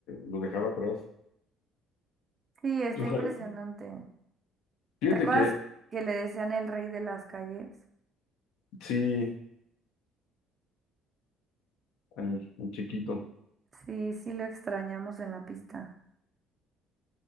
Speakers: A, on the left; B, on the right.
A: los dejaba atrás.
B: Sí, está
A: Ojalá
B: impresionante.
A: Fíjate
B: ¿Te acuerdas
A: que
B: que le decían el rey de las calles?
A: Sí, al, al chiquito.
B: Sí, sí lo extrañamos en la pista.